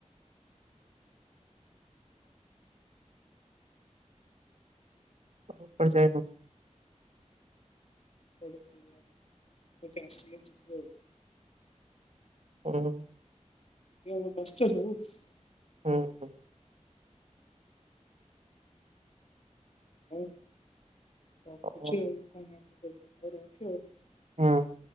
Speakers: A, on the right; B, on the left.
A: ଆଉ କୁଆଡ଼େ ଯାଇନୁ।
B: କୁଆଡେ ଯିବା ଆଉ ସାଙ୍ଗ କିଏ ଆସିଲେ ଯିବୁ ଆଉ।
A: ଓହୋ।
B: <unintelligible>
A: ହୁଁ ହୁଁ।
B: ହଉ ରଖୁଛି
A: ହଁ
B: ଆଉ କଣ ନା କଣ କରିବ ହଉ ରଖେ ଆଉ।
A: ହଉ।